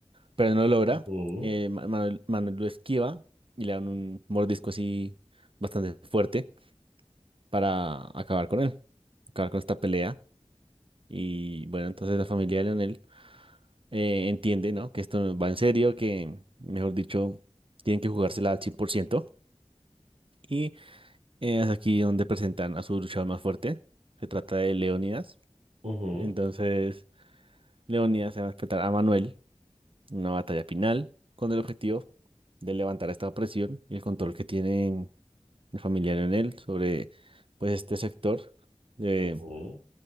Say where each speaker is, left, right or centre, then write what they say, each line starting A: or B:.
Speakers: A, on the right; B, on the right.
A: pero no lo logra.
B: Ujú,
A: Eh, Ma- Manuel, Manuel lo esquiva y le dan un mordisco así bastante fuerte para acabar con él, acabar con esta pelea. Y bueno, entonces la familia de Leonel eh, entiende, ¿no? Que esto va en serio, que, mejor dicho, tienen que jugársela al 100%. Y eh, es aquí donde presentan a su luchador más fuerte. Se trata de Leónidas.
B: ujú,
A: Entonces, Leónidas se va a enfrentar a Manuel en una batalla final con el objetivo de levantar esta presión y el control que tienen el familiar familia Leonel sobre, pues, este sector de
B: ujú.